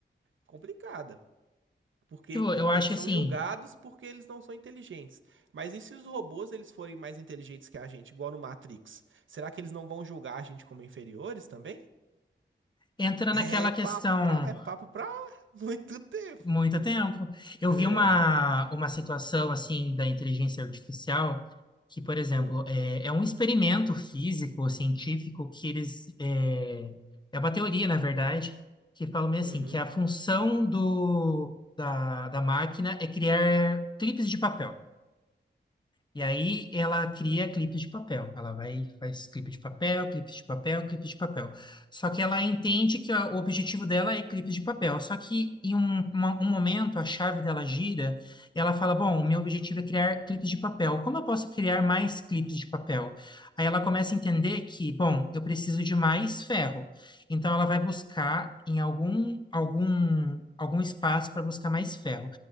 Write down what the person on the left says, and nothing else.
Tipo, eu acho
que
assim,
entra naquela
questão
muito tempo. Eu
vi uma, uma situação assim da inteligência artificial que, por exemplo,
é, é um experimento físico, científico, que eles. É, é uma teoria, na verdade, que fala meio
assim, que a função do, da, da máquina é criar clipes de papel. E aí ela cria clipes de papel. Ela vai faz clipe de papel, clipe de papel, clipe de papel. Só que ela entende que a- o objetivo dela é clipes de papel. Só que em um, uma- um momento a chave dela gira e ela fala: Bom, o meu objetivo é criar clipes de papel. Como eu posso criar mais clipes de papel? Aí ela começa a entender que, bom, eu preciso de mais ferro. Então ela vai buscar em algum algum algum espaço para buscar mais ferro.